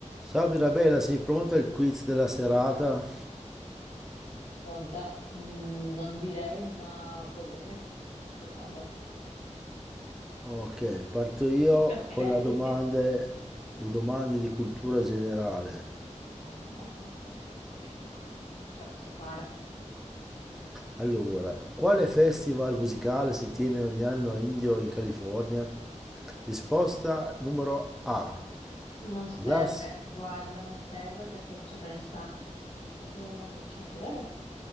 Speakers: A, in the centre; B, on the left.
A: Ciao Mirabella, sei pronta al quiz della serata?
B: Pronta? Mm, non direi, ma va bene. Facciamolo.
A: Ok, parto io
B: Ok.
A: con la domande,
B: <laughs>
A: le domande di cultura generale.
B: Oh no, O- ok, ok, ok, ce la posso fare.
A: Allora, quale festival musicale si tiene ogni anno a Indio in California? Risposta numero A.
B: Non serve,
A: Glass.
B: guarda, non serve perché ci ho appena stato, è stato di recente, vero?